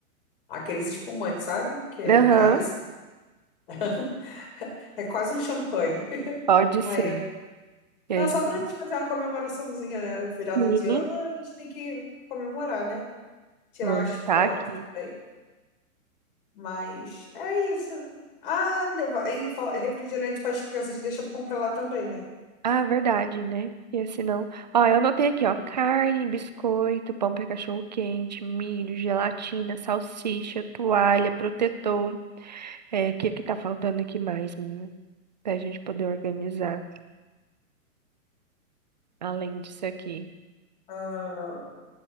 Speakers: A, on the left (about 40°); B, on the right (about 30°).
A: Aqueles espumantes, sabe? Que é
B: Aham,
A: caríssimo. <laughs> <laughs> É quase um champanhe. <laughs>
B: pode ser.
A: Aí eu...
B: E a
A: Não, só
B: gente,
A: pra gente fazer uma comemoraçãozinha, né? Virada
B: sim,
A: de ano, a gente tem que comemorar, né? Tirar
B: vamos
A: umas fotos
B: estar aqui.
A: também. Mas é isso. Ah, levar... e fal- refrigerante para as crianças, deixa pra comprar lá também, né?
B: Ah, verdade, né? E senão. Ó, eu anotei aqui, ó. Carne, biscoito, pão para cachorro quente, milho, gelatina, salsicha, toalha, protetor. É, o que é que tá faltando aqui mais, menina? Pra gente poder organizar, além disso aqui.
A: Ah,